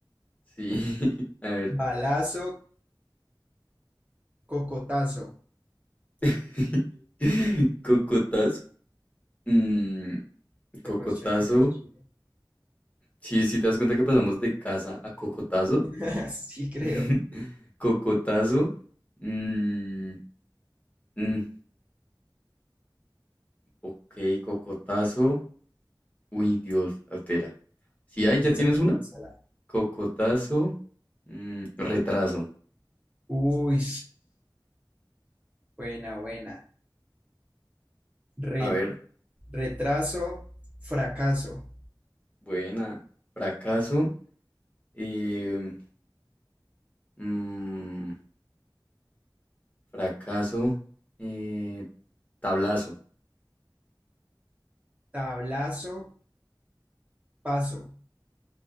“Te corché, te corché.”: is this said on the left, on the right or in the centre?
Right